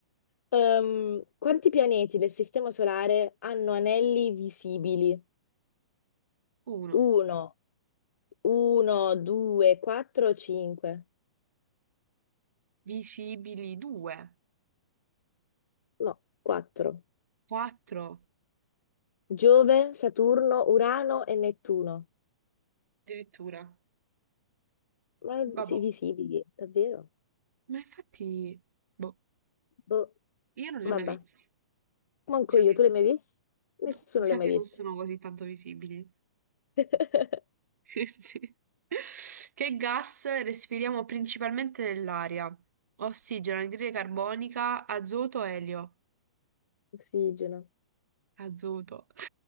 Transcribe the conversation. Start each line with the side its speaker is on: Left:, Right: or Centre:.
Left: Ehm, quanti pianeti del Sistema Solare hanno anelli visibili?
Right: 1,
Left: Uno, uno, due, quattro, cinque.
Right: visibili 2,
Left: No, quattro.
Right: 4,
Left: Giove, Saturno, Urano e Nettuno.
Right: addirittura,
Left: Ma
Right: vabbè.
Left: sì, visibili, davvero?
Right: Ma infatti, boh,
Left: Boh,
Right: io non li
Left: vabbè.
Right: ho mai visti.
Left: Manco
Right: Mi sa che,
Left: io, tu li hai mai visti? Nessuno
Right: no, mi sa
Left: li ha
Right: che
Left: mai visti.
Right: non sono così tanto visibili.
Left: <laughs>
Right: Quindi, <laughs> che gas respiriamo principalmente nell'aria? Ossigeno, anidride carbonica, azoto, elio.
Left: Ossigeno.
Right: Azoto. <laughs>